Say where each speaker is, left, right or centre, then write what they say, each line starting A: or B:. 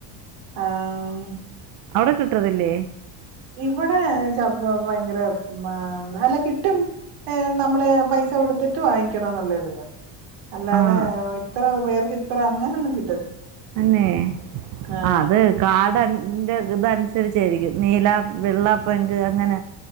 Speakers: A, on the right; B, on the right.
A: ആഹ
B: അവിടെ കിട്ടത്തില്ലേ
A: ഇവടെ ചപ്പോ ഭയങ്കര മ അല്ല കിട്ടും ഏ നമ്മള് പൈസ കൊടുത്തിട്ട് വാങ്ങിക്കണംന്നുള്ളതിന്നെ അല്ലാതെ
B: ആഹ്
A: ആ ഇത്ര പേർക്ക് ഇത്ര അങ്ങനൊന്നും കി
B: അന്നെ
A: ആഹ്
B: ആ അത് കാർഡൻ ന്റ ഇത് ഇതനുസരിച്ചേരിക്കും നീല വെള്ള പിങ്ക് അങ്ങന